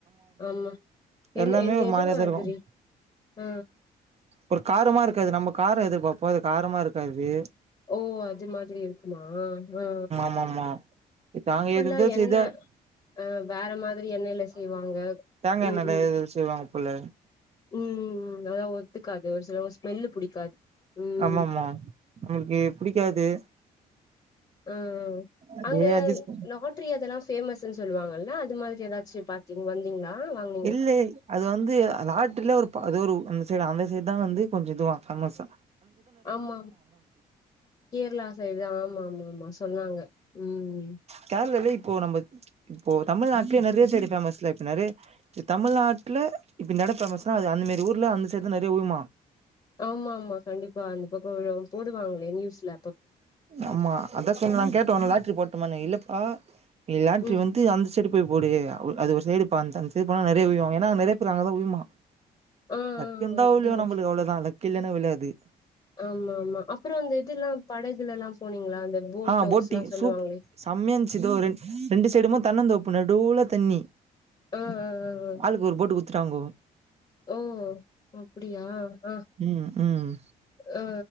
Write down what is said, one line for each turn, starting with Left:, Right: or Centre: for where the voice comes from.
Left: ஆமா
Right: எல்லாமே
Left: எந் எந்த
Right: ஒரு
Left: எது
Right: மாரியாதா
Left: மாதிரி
Right: இருக்கு
Left: ஆ
Right: ஒரு காரமா இருக்காது நம்ம கார எதிர்பார்ப்போ அது காரமா இருக்காது
Left: ஓ அது மாதிரி இருக்குமா ஆ
Right: ஆ ஆமா தாங்க
Left: ஃபுல்லா
Right: ஏதோ ஏதோ
Left: எண்ணெ
Right: செய்த
Left: ஆ வேற மாதிரி எண்ணெயில செய்வாங்க
Right: தேங்கா எண்ணெய்ல
Left: ம் ம்
Right: எது செய்வாங்க போல
Left: ம் அத்வே ஒத்துக்காது ஒரு சில ஸ்மெல்லு புடிக்காது ம்
Right: ஆமம்மா நம்ளுக்கே புடிக்காது
Left: ஆ
Right: அதே
Left: அங்க
Right: அட்ஜஸ்
Left: லாட் ட்ரி அதெல்லாம் ஃபேமஸ்ஸு சொல்வாங்கல்ல அது மாரி ஏதாச்சி பாத்தீங் வந்தீங்களா வாங்
Right: இல்லெய் அது வந்து அ ராட்டுல ஒரு பா அது ஒரு அந்த சைட் அந்த சைட்தா வந்து கொஞ்சம் இதுவா ஃபேமஸ்ஸா
Left: ஆமாங் கேரளா சைடே ஆமாமாமா சொன்னாங்க உம்
Right: கேர்ளில இப்போ நம்மக் இப்போ தமிழ்நாட்லே நறியா சைடு ஃபேமஸ்ல இப்ப நறே இ தமிழ்நாட்ல இப்ப நட ஃபேமஸா அது அந்த மாரி ஊர்ல அந்த சைட்தா நறியா உருமா
Left: ஆமா ஆமா கண்டிப்பா அந்த பக்கோ <unintelligible> போடுவாங்ளே ந்யூஸ்ல
Right: ஆமா அதா சொல்லநான் கேட்ட ஒனே லாட்ரி போட்டுமானே இல்லப்பா இ லாட்ரி
Left: ம்
Right: வந்து அந்துஸ் சைடு போய் போடு அவ் அது ஒரு சைடு பான்தந் சை போனா நெறையா உய்வு ஏன்னா நெறையா பேரு அங்கதா உய்யுமா
Left: ஆ ஆ
Right: லக் இந்தா
Left: அப்டியா
Right: விழ்யு நம்மளுக் அவ்ளோதா லக் இல்லன்னா விழாது
Left: ஆமா ஆமா அப்பறோ அந்த இதுல்லா படகுலல்லா போனீங்களா அந்த போட்
Right: ஆ போட்டிங்
Left: ஹவுஸ்ல்லா சொல்லுவாங்களே
Right: சூப் செம்மையா இந்ச்சி இதோ ரெண் ரெண்டு சைடுமு தன்னந் தோப்பு நடூல தண்ணி
Left: ஆ ஆ ஆ
Right: ஆளுக்கு ஒரு போட் டு குடுத்துட்டாங்கோ
Left: ஆ ஓ அப்டியா ஆ
Right: ம் ம்
Left: ஆ